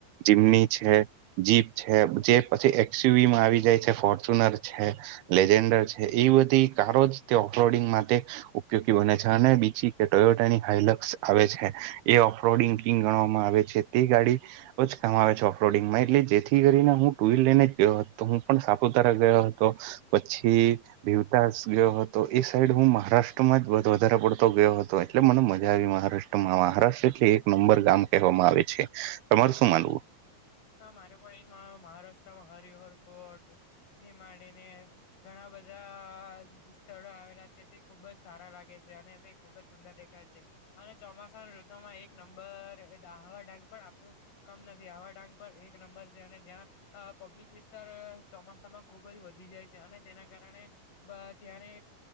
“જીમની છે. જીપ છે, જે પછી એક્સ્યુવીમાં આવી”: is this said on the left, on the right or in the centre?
Right